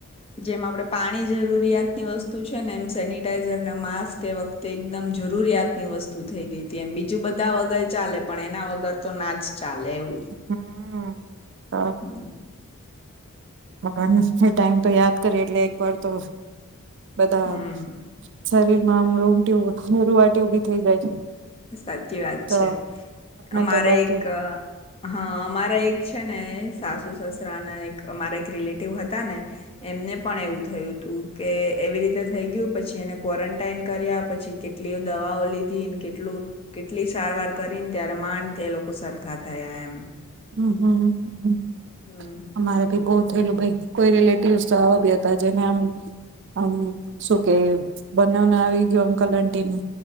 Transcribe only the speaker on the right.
હમ તો
<inaudible> ટાઈમ તો યાદ કરીએ, એટલે એક વાર તો બધા
શરીર માં આમ રૂમટી રુવાટી ઉભી થઈ જાય.
તો
આપણે
તો બાકી
હમ્મ, હમ્મ,
અમારા ભી બહુત ભાઈ કોઈ રિલેટિવ. <unintelligible> બી હતા, જેને આમ. આમ શું કે બનાવને આવી ગયો અંકલ આટીને,